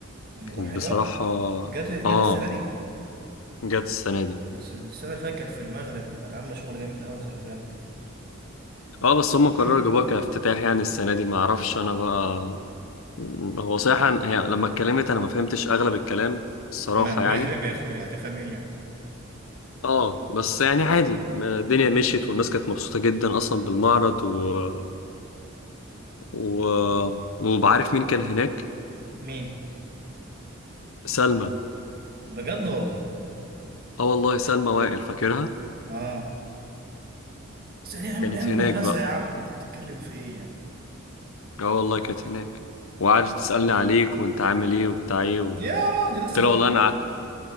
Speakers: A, on the right; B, on the left.
A: أم
B: كانت
A: روح حلوة
B: بصراحة
A: جت جت
B: آه
A: السنة دي
B: جت السنة دي
A: بس السنة اللي فاتت كانت في المغرب وكانت عاملة شغل جامد قوي خلي بالك
B: اه بس هم قرروا
A: <clears throat>
B: يجيبوها كافتتاح يعني السنة دي ما اعرفش انا بقى هو صراحة هي لما اتكلمت انا ما فهمتش اغلب الكلام الصراحة
A: مغربي
B: يعني
A: يا اخويا هتفهم ايه يعني
B: اه بس يعني عادي الدنيا مشيت والناس كانت مبسوطة جدا اصلا بالمعرض و... و... وبعرف مين كان هناك
A: مين؟
B: سلمى
A: بجد والله
B: اه والله سلمى وائل فاكرها
A: اه بس دي من
B: كانت
A: أيام
B: هناك
A: المدرسة
B: بقى
A: يا عم انت بتتكلم في ايه يعني؟
B: اه والله كانت هناك وقعدت تسألني عليك وانت عامل ايه وبتاع ايه و...
A: يا راجل لسه
B: قلت لها
A: فاكرني
B: والله انا قعدت